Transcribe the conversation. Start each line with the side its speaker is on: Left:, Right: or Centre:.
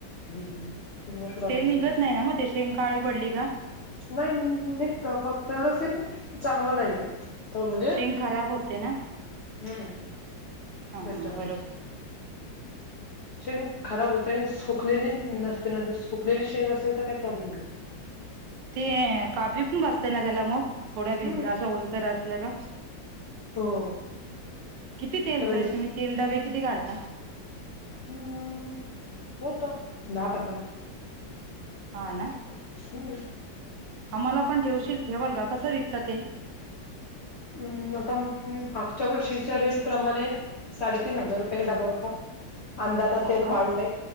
Left: ह पन मं प्रॉब्लेम
Right: तेल
Left: होय.
Right: निघत नाही ना म शेंग काळी पडली का!
Left: नाही नी-निघतो फक्त एवढंच की चांगलं नाही निघत. त म्हणजे
Right: शेंग खराब होते ना?
Left: हु
Right: हा
Left: त्याच्यामुळ.
Right: बरोबर
Left: शेंग खराब होते, सुखलेली नसते ना, ज सुखलेली शेंग असेल तर काही प्रॉब्लेम नाही.
Right: ते काब्री पण बसतंय ना त्याला मग, थोडा भिजला
Left: हम्म
Right: असं ओलसर असल का?
Left: हो!
Right: किती तेल
Left: त्याला
Right: तरी तुम्ही तेल डबे किती काढता?
Left: हु होत दहा पंधरा.
Right: हा ना.
Left: हु!
Right: आम्हाला पण ठेवशील, ठेवाल का कसं विकता तेल.
Left: ऊ आता मी मागच्या वर्षीच्या रेट प्रमाणे साडेतीन हजार रुपयाने डबा होता. अंदा आता
Right: हो
Left: तेल
Right: का
Left: वाढलेय